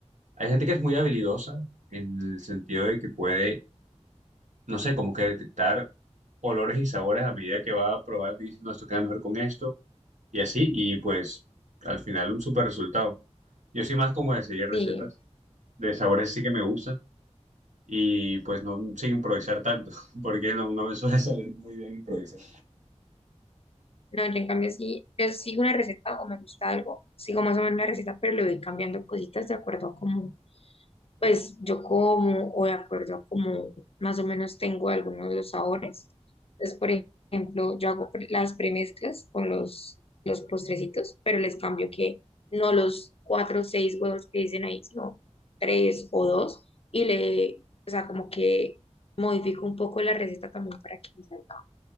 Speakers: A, on the right (about 85°); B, on the left (about 55°).
A: Hay gente que es muy habilidosa en el sentido de que puede, no sé, como que detectar olores y sabores a medida que va probando y dice, no, esto queda mejor con esto y así, y pues al final un super resultado. Yo soy más como de seguir recetas,
B: sí.
A: de sabores sí que me gustan y pues no sin improvisar tanto, <laughs> porque no, no me suele salir muy bien improvisar.
B: No, yo en cambio sí, yo sigo una receta o me gusta algo, sigo más o menos la receta, pero le voy cambiando cositas de acuerdo a cómo, pues yo como o de acuerdo a cómo más o menos tengo algunos de los sabores. Entonces, por ejemplo, yo hago pre- las premezclas con los, los postrecitos, pero les cambio que no los cuatro o seis huevos que dicen ahí, sino tres o dos, y le, o sea, como que modifico un poco la receta también para que me salga